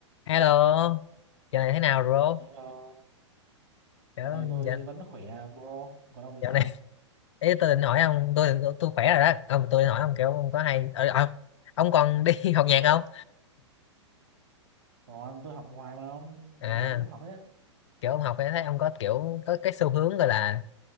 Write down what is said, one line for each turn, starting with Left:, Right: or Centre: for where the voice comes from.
Left: Hello, giờ này thế nào rồi?
Right: Hello, dạo
Left: Dạo,
Right: này tôi
Left: giờ,
Right: vẫn khỏe bro, còn ông thì
Left: dạo
Right: sao?
Left: này <laughs> ý tôi định hỏi ông, tôi tôi khỏe rồi đó. Ông tôi định hỏi ông kiểu ông có hay ờ, ông ông còn đi <laughs> học nhạc không?
Right: Còn tôi học hoài mà ông,
Left: À,
Right: ngày nào tôi cũng học hết á.
Left: kiểu ông học ấy thấy ông có kiểu có cái xu hướng gọi là